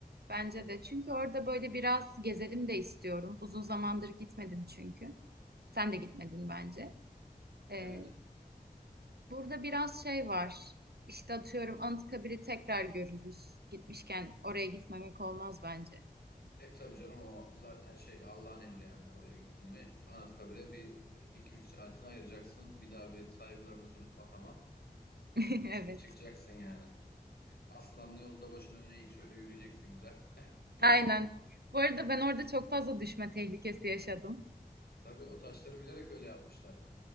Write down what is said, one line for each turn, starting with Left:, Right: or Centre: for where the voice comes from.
Right: bence de. Çünkü orada böyle biraz gezelim de istiyorum. Uzun zamandır gitmedim çünkü. Sen de gitmedin bence. Ee,
Left: Evet.
Right: burada biraz şey var. İşte atıyorum Anıtkabir'i tekrar görürüz. Gitmişken oraya gitmemek olmaz bence.
Left: E tabii canım o zaten şey Allah'ın emri yani oraya gittin mi Anıtkabir'e bir e, iki üç saatini ayıracaksın. Bir daha bir saygılarını sunup atama
Right: <laughs>
Left: çık
Right: Evet.
Left: çıkacaksın yani. Aslanlı yolda başın öne eğik şöyle yürüyeceksin güzel. <laughs> Değil
Right: Aynen.
Left: mi?
Right: Bu arada ben orada çok fazla düşme tehlikesi yaşadım.
Left: Tabii o taşları bilerek öyle yapmışlar.